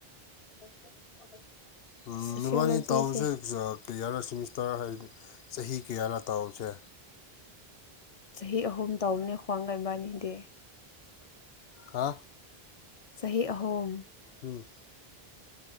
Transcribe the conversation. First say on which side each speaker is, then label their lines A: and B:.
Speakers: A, on the left (about 40°); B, on the left (about 70°).
A: <unintelligible>
B: ꯎꯝ
A: ꯁꯣꯁꯤꯌꯣꯂꯣꯖꯤꯁꯦ
B: ꯅꯕꯥꯅꯤ ꯇꯥꯎꯁꯦ <unintelligible> ꯇꯥꯛ ꯆꯍꯤ ꯀꯌꯥꯔ ꯇꯥꯎꯁꯦ
A: ꯆꯍꯤ ꯑꯍꯨꯝ ꯇꯥꯎꯅꯤ ꯈ꯭ꯋꯥꯡꯒꯟꯕꯥꯅꯤꯗꯤ
B: ꯍꯥ
A: ꯆꯍꯤ ꯑꯍꯨꯝ
B: ꯎꯝ